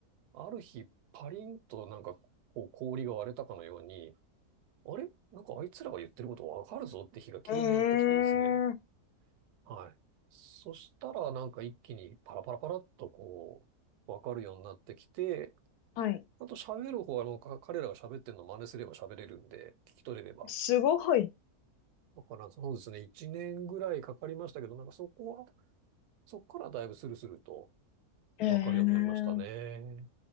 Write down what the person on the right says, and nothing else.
ある日パリンとなんかこう氷が割れたかのように、あれなんかあいつらが言ってることわかるぞって日が急にやってきてですね。
はい。そしたらなんか一気にパラパラパラっとこう、わかるようになってきて、
あと喋る方はもうか彼らが喋ってるの真似すれば喋れるんで、聞き取れれば。
だからそうですね、1年ぐらいかかりましたけど、なんかそこは、そこからだいぶスルスルと
わかるようになりましたね。